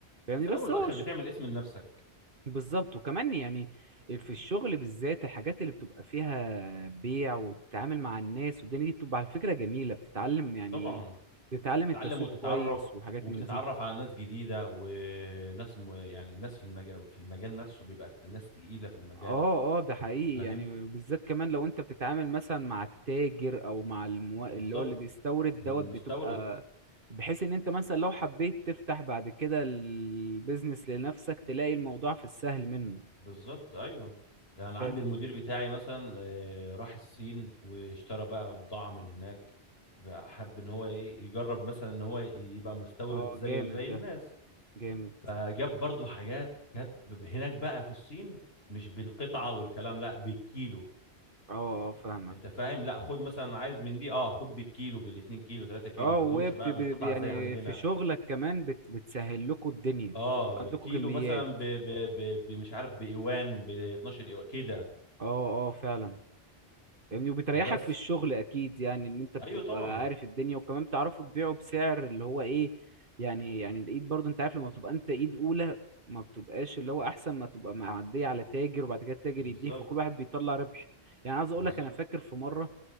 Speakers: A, on the right; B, on the left.
A: فاهمني
B: انت في الاول
A: بس
B: والاخر
A: هو ش-
B: بتعمل اسم لنفسك
A: بالظبط وكمان يعني في الشغل بالذات الحاجات اللي بتبقى فيها بيع وتتعامل مع الناس والدنيا دي بتبقى على فكرة جميلة بتتعلم يعني
B: طبعا
A: بتتعلم
B: تتعلم
A: التسويق
B: وتتعرف
A: كويس وحاجات
B: وبتتعرف
A: من دي
B: على ناس جديده وناس م... يعني ناس في المجال في المجال نفسه بيبقى ناس تقيله في المجال
A: اه اه ده حقيقي
B: فاهم
A: يعني بالذات كمان لو انت بتتعامل مثلا مع التاجر او مع المو... اللي
B: بالظبط
A: هو اللي بيستورد
B: المستورد
A: دوت بتبقى بحيث ان انت مثلا لو حبيت تفتح بعد كده البيزنس لنفسك تلاقي الموضوع في السهل منه
B: بالظبط ايوه يعني عندي
A: فاهم
B: المدير بتاعي مثلا آه، راح الصين واشترى بقى بضاعه من هناك بقى حب ان هو ايه يجرب مثلا ان هو يبقى مستورد
A: اه
B: زيه
A: جامد
B: زي
A: ده
B: الناس
A: جامد
B: فجاب برضو حاجات كانت بب- هناك بقى في الصين مش بالقطعة والكلام لا بالكيلو
A: اه اه فاهمك
B: انت فاهم لا خد مثلا عايز من دي اه خد بالكيلو بالاتنين كيلو تلاتة كيلو
A: اه
B: ما
A: وهي
B: عندهمش
A: بت...
B: بقى
A: ب-
B: بالقطع
A: يعني
B: زي عندنا
A: في شغلك كمان بت... بتسهل لكم الدنيا
B: اه
A: انتوا عندكم
B: كيلو
A: كميات
B: مثلا ب ب ب ب- مش عارف بإيوان ب 12 إيوان كده
A: اه اه فعلا يعني وبتريحك
B: بس
A: في الشغل اكيد يعني ان انت بتبقى
B: ايوه طبعا
A: عارف الدنيا وكمان بتعرفوا تبيعوا بسعر اللي هو ايه يعني يعني الايد برضو انت عارف لما بتبقى انت ايد اولى ما بتبقاش اللي هو احسن ما تبقى معدية على تاجر وبعد كده التاجر
B: بالظبط
A: يديه فكل واحد بيطلع ربح يعني عايز اقول
B: بالظبط
A: لك انا فاكر في مرة